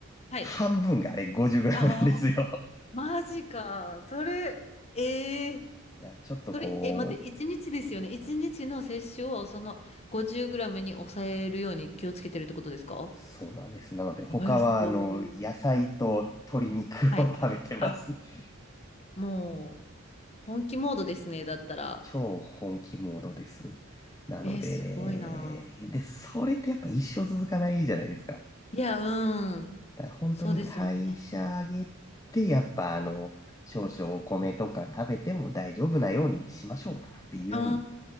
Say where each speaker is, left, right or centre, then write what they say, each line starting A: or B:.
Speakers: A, on the left; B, on the left.
A: はい。
B: 半分があれ5 0ムなんですよ。
A: ああ、
B: だ
A: マジか。それ、えー、
B: からちょっとこ
A: それ、え、待って、一日ですよね。一日の摂取を、その、50グラムに抑えるように気をつけてるってことですか
B: そうなんです。なので、他は、
A: えー、すごい。
B: あの、野菜と鶏肉を食べてます。
A: はい。あ、
B: <laughs>
A: もう、本気モードですね。だったら。
B: 超本気モードです。なので、
A: えー、すごいな。
B: で、それってやっぱ一生続かないじゃないですか。
A: いや、うん。
B: だから本当に代謝上げて、
A: そうですよね。
B: やっぱあの、少々お米とか食べても大丈夫なようにしましょうって言うん
A: あ